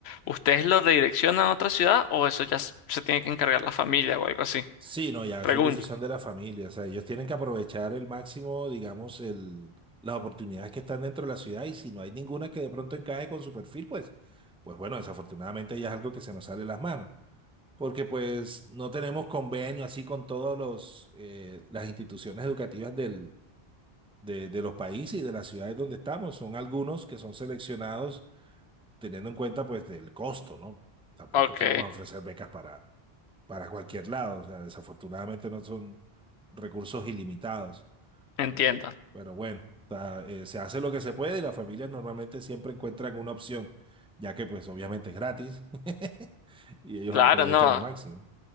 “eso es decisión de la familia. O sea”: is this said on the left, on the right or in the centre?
Centre